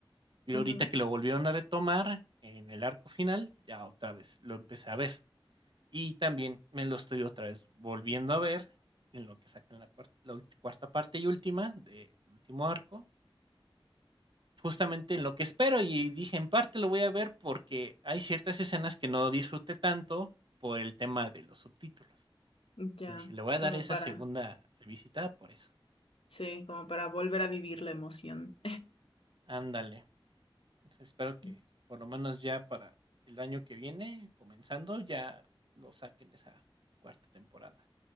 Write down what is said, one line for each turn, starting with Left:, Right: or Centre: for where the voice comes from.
Right: y
Left: Ujú.
Right: ahorita que lo volvieron a retomar en el arco final, ya otra vez lo empecé a ver. Y también me lo estoy otra vez volviendo a ver en lo que sacan la, cuarta, la ulti- cuarta parte y última del último arco, justamente en lo que espero y dije, en parte lo voy a ver porque hay ciertas escenas que no disfruté tanto por el tema de los subtítulos.
Left: Ya,
Right: Entonces dije, le voy a
Left: como
Right: dar esa
Left: para,
Right: segunda revisitada por eso.
Left: sí, como para volver a vivir la emoción.
Right: Ándale. Pues Espero que
Left: <laughs>
Right: por lo menos ya para el año que viene, comenzando, ya lo saquen esa cuarta temporada.